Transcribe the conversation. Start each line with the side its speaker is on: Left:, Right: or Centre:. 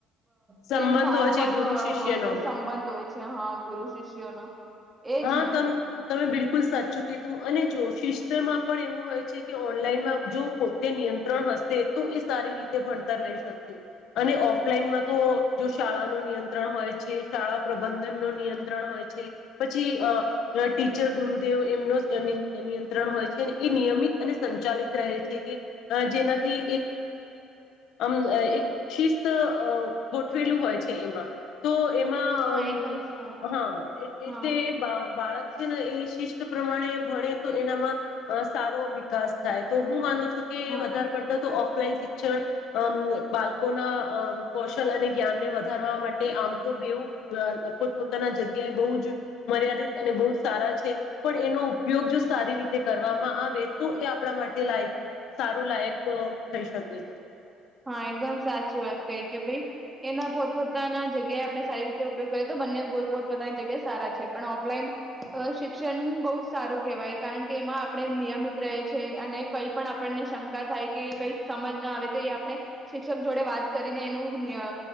Left: સંબંધ
Right: પ્રેમ ભાવ
Left: હોય છે
Right: પણ
Left: ગુરુ શિષ્યનો
Right: હોય જે સંબંધ હોય છે હા ગુરુ શિષ્યો નો એજ
Left: હા
Right: ને
Left: તમ તમે બિલકુલ સાચું કીધું અને જો શિસ્તમાં પણ એવું હોય છે કે ઓનલાઈનમાં જો પોતે નિયંત્રણ હશે તો એ સારી રીતે ભણતર લઈ શકશે અને ઓફલાઈનમાં તો જો શાળા ન નિયંત્રણ હોય છે શાળા પ્રબંધન ન નિયંત્ર હોય છે પછી ટીચર ગુરુદેવ એમનો નિયંત્રણ હોય છે એ નિયમિત અને સંચાલિત રહે છે કે જેનાથી એમ એક શિસ્ત ગોઠવેલું હોય છે એમાં તો એમાં
Right: હા એકદમ સારું
Left: અ હા એટલે
Right: હા
Left: બા બાળક ને એ શિસ્ત પ્રમાણે ભણે તો એનામાં અ સારો વિકાસ થાય તો હું માનું છું કે
Right: હા
Left: વધારે પડતા તો ઓફ લાઈન શિક્ષણ બાળકોના અ કૌશલ અને જ્ઞાનને વધારવા માટે આમ તો બેવુ અ પોતાના જગ્યાએ બહુ જ મર્યાદિત અને બહ જ સારા છે પણ એનો ઉપયોગ જો સારી રીતે કરવામાં આવે તો એ આપણા માટે લાયક સારું લાયક થઈ શકે છે.
Right: હા એકદમ સાચી વાત કઈ કે ભાઈ એના પોતપોતાના જગ્યાએ આપણે સારી રીતે ઉપયોગ કરીએ તો બંને પોતપોતાની જગ્યાએ સારા છે પણ ઓફલાઈન શિક્ષણ બહુ જ સારું કેહેવાય કારણ કે એમાં આપણે નિયમિત રહે છે અને કઈ પણ આપણને શંકા થાય કે કંઈ સમજ ના આવે આપણે શિક્ષક જોડે વાત કરીને એનું અ